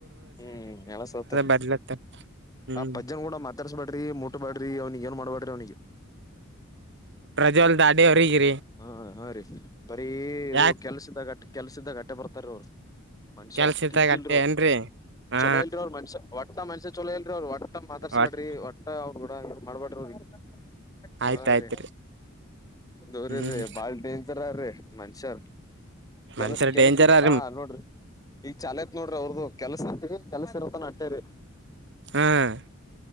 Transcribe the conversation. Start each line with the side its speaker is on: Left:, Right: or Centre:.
Left: ಹ್ಮ್ ಎಳ ಸೌತಾರ-
Right: ಬರ್ಲತ್ತ ಹ್ಮ್
Left: ಆ ಪಜ್ಜನ್ ಕೂಡ ಮಾತಾರ್ಸ್ಬೇಡ್ರಿ ಮುಟ್ಟ ಬಾಡ್ರಿ ಅವ್ನಿಗೆ ಏನ್ ಮಾಡ್ಬೇಡ್ರಿ ಅವ್ನಿಗೆ
Right: ಪ್ರಜವಲ್ ದಾಡವರಿಗೆ
Left: ಹಾ ಹಾ ರೀ ಬರೀ ಇದು
Right: ಯಾಕ
Left: ಕೆಲ್ಸದಾಗಟ್ ಕೆಲ್ಸಾದ್ದಾಗ ಅಡ್ಡ ಬರ್ತಾರವ್ರು ಮನ್ಷ್ಯ
Right: ಕೆಲ್ಸದಾಗ
Left: ಟೀಕ್ ಇಲ್ರ
Right: ಅಟ್ಟೆ
Left: ಅವ
Right: ಏನ್ರರಿ ಹಾ
Left: ಚೊಲೋ ಇಲ್ರ ಅವ್ರ ಮನ್ಷ್ಯ ಒಟ್ಟ ಮನುಷ್ಯ ಚಲೋ ಇಲ್ರಿವ್ರು ಓಟ್ ಮಾತಾರ್ಸಬಡ್ರಿ
Right: ಒಟ್
Left: ಮವ್ ಕೂಡ ಏನ್ ಮಾಡ್ಬಾರಡಿರಿ ಅವ್ನಿಗೆ
Right: ಆಯ್ತ ಆಯ್ತ್ರಿ
Left: ಹಾ ರೀ ಅವ್ರೀ
Right: ಹ್ಮ್
Left: ಬಹಳ ಡೇಂಜರ್ ಮನುಷ್ಯಾರ್ ಕೆಲ್ಸ
Right: ಮನ್ಷ್ಯರ್
Left: ಕೆಲ್ಸಿ
Right: ಡೇಂಜರ್ ಅ
Left: ಹಾ ನೋಡ್ರಿ ಈಗ ಚಾ ಐತ್ ನೋಡ್ರಿ ಅವ್ರ್ದು ಕೆಲ್ಸ ಅರಿ ಕೆಲ್ಸ ಇರತನಟ್ಟೇರಿ
Right: ಹ್ಮ್.